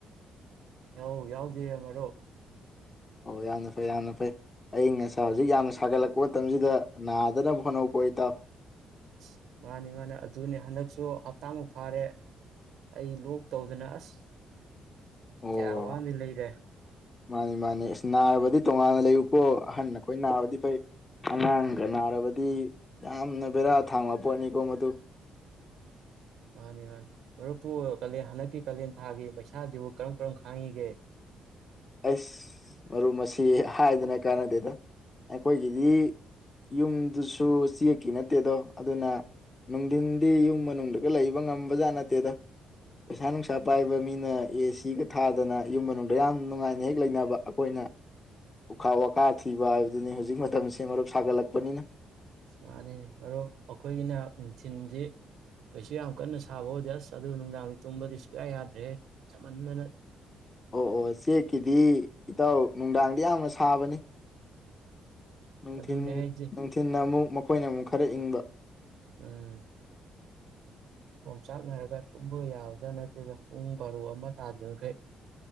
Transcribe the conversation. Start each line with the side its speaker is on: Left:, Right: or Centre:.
Right: ꯌꯥꯎ ꯌꯥꯎꯗꯦ ꯑꯃꯔꯣ
Left: ꯑꯣ ꯌꯥꯝꯅ ꯐꯩ ꯌꯥꯝꯅ ꯐꯩ ꯑ ꯉꯁꯥꯏ ꯍꯧꯖꯤꯛ ꯌꯥꯝꯅ ꯁꯥꯒꯠꯂꯛꯄ ꯃꯇꯝꯁꯤꯗ ꯅꯥꯗꯅꯕ ꯍꯣꯠꯅꯄ ꯏꯇꯥꯥꯎ
Right: ꯑꯁ ꯃꯥꯅꯤ ꯃꯥꯅꯤ ꯑꯗꯨꯅꯦ ꯍꯟꯗꯛꯁꯨ ꯍꯞꯇꯥꯃꯨꯛ ꯐꯥꯔꯦ ꯑꯩ ꯂꯣꯛ ꯇꯧꯗꯅ ꯑꯁ
Left: ꯑꯣ
Right: ꯀꯌꯥ ꯋꯥꯋꯥꯅꯤ ꯂꯩꯔꯦ
Left: ꯃꯥꯅꯤ ꯃꯥꯅꯤ ꯑꯁ ꯅꯥꯔꯕꯗꯤ ꯇꯣꯉꯥꯟꯅ ꯂꯩꯌꯨꯀꯣ ꯑꯍꯟ ꯑꯩꯈꯣꯏ ꯅꯥꯕꯗꯤ ꯐꯩ ꯑꯉꯥꯡꯒ ꯅꯥꯔꯕꯗꯤ ꯌꯥꯝꯅ ꯕꯦꯔꯥ ꯊꯥꯡꯕ ꯄꯣꯠꯅꯤꯀꯣ ꯃꯗꯨ
Right: ꯃꯥꯅꯤ ꯃꯥꯅꯤ ꯃꯔꯨꯞꯄꯨ ꯀꯥꯂꯦꯟ ꯍꯟꯗꯛꯀꯤ ꯀꯥꯂꯦꯟ ꯊꯥꯒꯤ ꯄꯩꯁꯥꯁꯤꯕꯨ ꯀꯔꯝ ꯀꯔꯝ ꯈꯥꯡꯉꯤꯒꯦ
Left: ꯑꯁ ꯃꯔꯨꯞ ꯃꯁꯤ ꯍꯥꯏꯗꯅ ꯀꯥꯟꯅꯗꯦꯗ ꯑꯩꯈꯣꯏꯒꯤꯗꯤ ꯌꯨꯝꯗꯨꯁꯨ ꯆꯦꯛꯀꯤ ꯅꯠꯇꯦꯗꯣ ꯑꯗꯨꯅ ꯅꯨꯡꯊꯤꯟꯗꯤ ꯌꯨꯝ ꯃꯅꯨꯡꯗꯒ ꯂꯩꯕ ꯉꯝꯕꯖꯥꯠ ꯅꯠꯇꯦꯗ ꯄꯩꯁꯥ ꯅꯨꯡꯁꯥ ꯄꯥꯏꯕ ꯃꯤꯅ ꯑꯦ ꯁꯤꯒ ꯊꯥꯗꯅ ꯌꯨꯝ ꯃꯅꯨꯡꯗ ꯌꯥꯝ ꯅꯨꯡꯉꯥꯏꯅ ꯍꯦꯛ ꯂꯩꯅꯕ ꯑꯩꯈꯣꯏꯅ ꯎꯈꯥ ꯋꯥꯈꯥ ꯊꯤꯕ ꯍꯥꯏꯕꯗꯨꯅꯤ ꯍꯧꯖꯤꯛ ꯃꯇꯝꯁꯦ ꯃꯔꯨꯞ ꯁꯥꯒꯠꯂꯛꯄꯅꯤꯅ
Right: ꯁꯨꯃꯅꯅꯦ ꯃꯔꯨꯞ ꯑꯩꯈꯣꯏꯒꯤꯅ ꯅꯨꯡꯊꯤꯤꯟꯗꯤ ꯀꯩꯁꯨ ꯌꯥꯝ ꯀꯟꯅ ꯁꯥꯕ ꯍꯧꯗꯦ ꯑꯁ ꯑꯗꯨ ꯅꯨꯡꯗꯥꯡꯗꯤ ꯇꯨꯝꯕꯗꯤ ꯁꯨꯌꯥ ꯌꯥꯗ꯭ꯔꯦ ꯁꯃꯟꯗꯅ
Left: ꯑꯣ ꯑꯣ ꯆꯦꯛꯀꯤꯗꯤ ꯏꯇꯥꯎ ꯅꯨꯡꯗꯥꯡꯗꯤ ꯌꯥꯝꯅ ꯁꯥꯕꯅꯤ
Right: ꯑꯗꯨꯅꯦ
Left: ꯊ
Right: ꯍꯥꯏꯁꯦ
Left: ꯅꯨꯡꯊꯤꯅ ꯑꯃꯨꯛ ꯃꯈꯣꯏꯅ ꯑꯃꯨꯛ ꯈꯔ ꯏꯪꯕ
Right: ꯎꯝ ꯆꯥꯛꯅꯔꯒ ꯇꯨꯝꯕ ꯌꯥꯎꯕꯗ꯭ꯔꯥ ꯅꯠꯇ꯭ꯔꯗ ꯄꯨꯡ ꯄꯔꯨ ꯑꯃ ꯇꯥꯗ꯭ꯔꯤꯕꯈꯩ